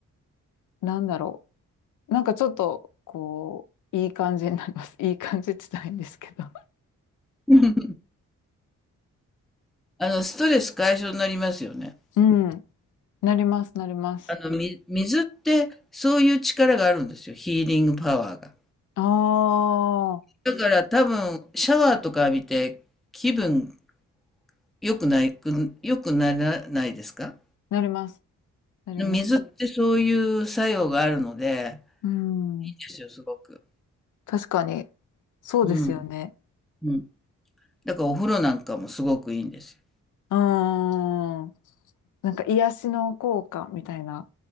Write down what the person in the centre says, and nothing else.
うん。<laughs> あの、ストレス解消になりますよね。
あの、み、水ってそういう力があるんですよ。ヒーリングパワーが。
だから多分、シャワーとか浴びて気分良くないく、良くならないですか
水ってそういう作用があるので、
いいですよ、すごく。
うん、うん。だからお風呂なんかもすごくいいんですよ。